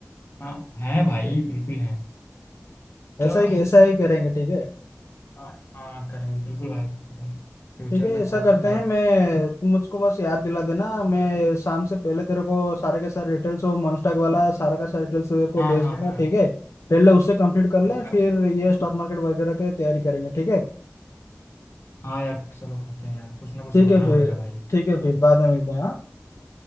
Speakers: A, on the left; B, on the left.
A: हाँ हैं भाई
B: बिल्कुल।
A: बिल्कुल हैं
B: ऐसा
A: चलो
B: ही ऐसा ही करेंगे ठीक है
A: हाँ हाँ, करेंगे बिल्कुल भाई भाई फ्यूचर
B: ठीक है
A: में
B: ऐसा
A: खोल
B: करते
A: भाई
B: हैं मैं तुम मुझको बस याद दिला देना मैं शाम से पहले तेरे को सारे के सारे डिटेल्स वो मनस्टॉक वाला सारा का सारा डिटेल्स तेरे को
A: हाँ
B: भेज
A: हाँ
B: दूंगा
A: हाँ
B: ठीक है पहले उससे कंप्लीट कर लें
A: हाँ
B: फिर ये स्टॉक मार्केट वगैरह की तैयारी करेंगे ठीक है
A: हाँ यार चलो करते हैं यार कुछ ना कुछ
B: ठीक
A: तो करना
B: है फिर
A: पड़ेगा भाई
B: ठीक है फिर बाद में मिलते हैं हाँ